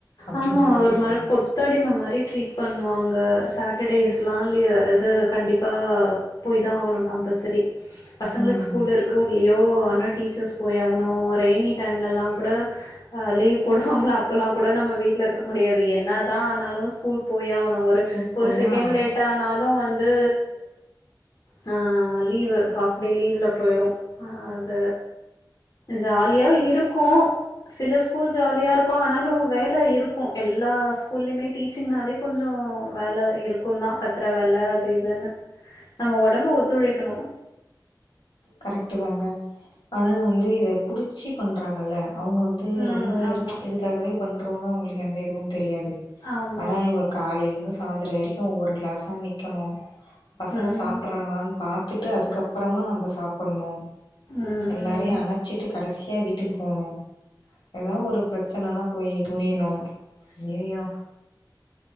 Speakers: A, on the left; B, on the left.
A: அப்படின்னு
B: ஆமா
A: சொல்லிவிட்டு
B: ஒரு மாரி
A: சொல்லுவாங்க
B: கொத்தடிம மாரி ட்ரீட் பண்ணுவாங்க சாட்டர்டேஸ்லா
A: ஆமா.
B: லீ இது கண்டிப்பா போய்தா ஆவணு கம்பல்சரி பசங்களுக்
A: ம்
B: ஸ் கூல் இருக்கோ இல்லையோ ஆனா டீச்சர்ஸ் போயாகணு ரெய்னி டைம்லல்லாங் கூட ஆ லீவ் போடுவாங்கல்ல அப்பல்லாங் கூட நம்ம வீட்ல இருக்க முடியாது என்னதா ஆனாலு ஸ்கூல் போயே ஆவ ணு ஒரு
A: ஸ்கூல் போயே
B: ஒரு செகண்ட்
A: ஆகணு
B: லேட் ஆனாலு வந்து நா லீவு ஹாஃப் டே லீவுல போயிறோ அ அத ஜாலியா இருக்கோ சில ஸ்கூல் ஜாலியா இருக்கோ ஆனாலு வேல இருக்கோ எல்லா ஸ்கூல்லயுமே டீச்சிங்னாலே கொஞ்சோ வேல இருக் சுன்னா கத்தற வேல அது இதுன்னு நம்ம ஒடம்பு ஒத்துழைக்கனோ
A: கரெக்ட்டு தாங்க ஆனா வந்து இத புடிச்சி பண்றாங்கல்ல அவுங்க வந் ட்டு
B: ம்
A: ரொம்ப
B: ஆமா
A: இதுக்காகவே பண்றவங்க அவுங்களுக்கு எந்த இதுவு தெரியாது
B: ஆமா
A: ஆனா இவ காலையிலருந்து சாயந்தர வரைக்கு ஒவ்வொரு கிளாஸ்ஸா நிக்கணோ பசங்க
B: ம் ம்
A: சாப்றாங்களான்னு பாத் த்துட்டு அதுக்கப்பறமா நம்ப சாப்பன்னோ
B: ம்
A: எல்லாரையு
B: ம்
A: அனக் ச்சிட்டு கடைசியா வீட்டுக்கு போனோ ஏதா ஒரு பிரச்சனனா போய் குணியணோ அய்யய்யோ